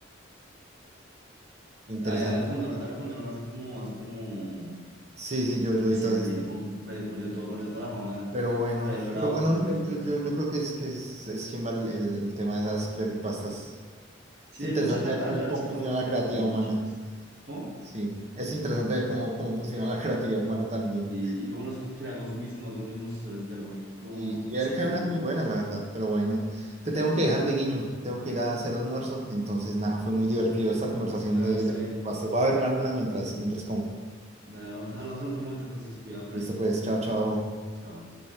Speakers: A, on the right; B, on the right.
A: Interesante,
B: Ahí, ahí lo fundaron,
A: interesante.
B: ahí lo fundaron hace como, hace como,
A: Sí, sí, yo, yo
B: pues
A: vi
B: sí,
A: todas
B: hace
A: estas.
B: tiempo. que Perdió, perdió todo, perdió toda la fama
A: Pero bueno,
B: que había logrado
A: pero bueno,
B: con redes
A: yo,
B: por eso.
A: yo, yo creo que es que es, es chimba el, el- el tema de esas creepypastas.
B: Sí,
A: Es interesante
B: hay muchas, la
A: ver
B: verdad,
A: cómo,
B: la verdad
A: cómo
B: es que
A: funciona
B: no nos
A: la
B: acordamos
A: creatividad
B: de
A: humana.
B: muchos. ¿Cómo?
A: Sí, es interesante ver cómo, cómo funciona la creatividad humana también.
B: Sí, y como nos creamos mismos, los mismos historias de terror. O como
A: Y,
B: uno,
A: y ver
B: sí,
A: que
B: como,
A: hay unas muy buenas, la verdad. Pero bueno, te
B: es
A: tengo
B: verdad,
A: que
B: es
A: dejar
B: verdad.
A: de guiño. Tengo que ir a hacer almuerzo. Entonces, nada, fue muy divertido esta conversación
B: Dale,
A: de,
B: está
A: de
B: bien.
A: pastas. Voy a verme alguna mientras, mientras como.
B: Bueno, <laughs> hablamos en otro momento, entonces, cuidado con
A: Listo,
B: eso.
A: pues, chao, chao.
B: Chao.